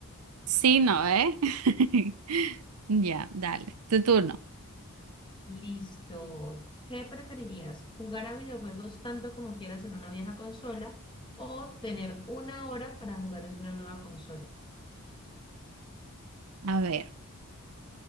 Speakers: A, on the right; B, on the left.
A: Sí, ¿no, eh? <laughs> Ya, dale, tu turno.
B: Listo. ¿Qué preferirías? ¿Jugar a videojuegos tanto como quieras en una vieja consola o tener una hora para jugar en una nueva consola?
A: A ver,